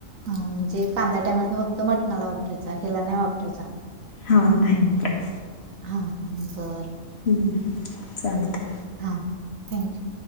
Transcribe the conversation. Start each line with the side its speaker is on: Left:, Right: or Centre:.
Right: हा म्हणजे कांदा टॅमॅटो फक्त मटणाला वापरायचा हेला नाही वापरायचा.
Left: हां नाही वापरायचा.
Right: हा बरं.
Left: हम्म चालतयं.
Right: हां हां थँक्यू.